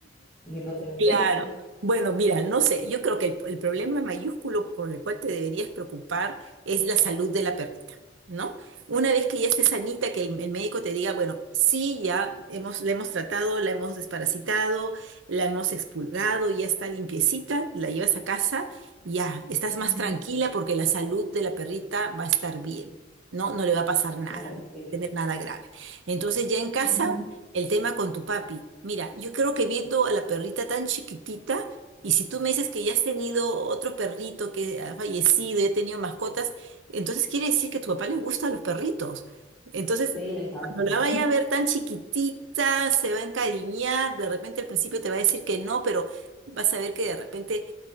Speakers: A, in the centre; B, on the right.
A: y que no se moleste.
B: Claro. Bueno, mira, no sé, yo creo que el, el problema mayúsculo por el cual te deberías preocupar es la salud de la perrita, ¿no? Una vez que ya esté sanita, que el, el médico te diga, bueno, sí, ya hemos, la hemos tratado, la hemos desparasitado, la hemos expulgado, ya está limpiecita, la llevas a casa, ya, estás más
A: Ujú,
B: tranquila porque la salud de la perrita va a estar bien, ¿no? No le va a pasar nada,
A: Claro.
B: no va
A: Sí,
B: a tener nada grave. Entonces ya en casa
A: ujú,
B: el tema con tu papi. Mira, yo creo que viendo a la perrita tan chiquitita, y si tú me dices que ya has tenido otro perrito que ha fallecido y ha tenido mascotas, entonces quiere decir que a tu papá le gustan los perritos. Entonces,
A: sí, le encanta.
B: cuando la vaya
A: <laughs>
B: a ver tan chiquitita, se va a encariñar, de repente al principio te va a decir que no, pero vas a ver que de repente